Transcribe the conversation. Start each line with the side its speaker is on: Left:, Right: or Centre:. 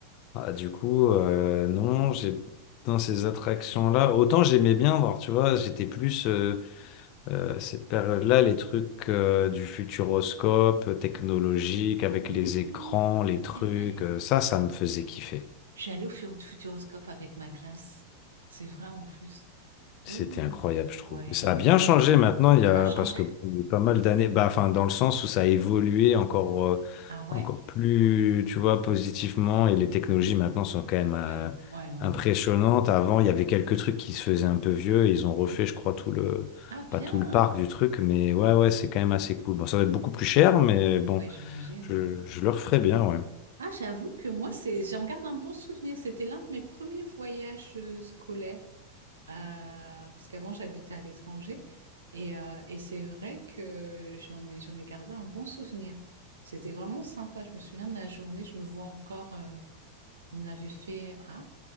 Left: ah, du coup, euh, non, j'ai dans ces attractions-là, autant j'aimais bien voir, tu vois, j'étais plus euh, euh, cette période-là, les trucs euh, du futuroscope, euh, technologique, avec
Right: Oui,
Left: les écrans, les trucs,
Right: c'est vrai.
Left: euh, ça, ça me faisait kiffer.
Right: Je suis allée au Fur- Futuroscope avec ma classe. C'est vrai en plus.
Left: C'était
Right: Ouh,
Left: incroyable, je trouve.
Right: ouais.
Left: Ça a bien changé maintenant, il y a,
Right: Ça a changé?
Left: parce que il y a eu pas mal d'années, bah, enfin, dans le sens où ça a évolué encore, euh,
Right: Ah ouais?
Left: encore plus, tu vois, positivement, et les technologies maintenant sont quand même euh,
Right: Ouais, ouais, ouais,
Left: impressionnantes.
Right: ouais. <laughs>
Left: Avant, il y avait quelques trucs qui se faisaient un peu vieux, et ils ont refait,
Right: Mhm.
Left: je crois, tout le,
Right: Ah bien.
Left: pas tout le parc du truc, mais ouais, ouais, c'est quand même assez cool. Bon, ça va être beaucoup plus cher, mais bon,
Right: Ouais, j'imagine.
Left: je, je le referai bien, ouais.
Right: Ah, j'avoue que moi, c'est, j'en garde un bon souvenir. C'était l'un de mes premiers voyages euh, scolaires. Euh, parce qu'avant, j'habitais à l'étranger. Et, euh, et c'est vrai que j'en ai, j'en ai gardé un bon souvenir. C'était vraiment sympa. Je me souviens de la journée. Je me vois encore. euh, On avait fait... Ah,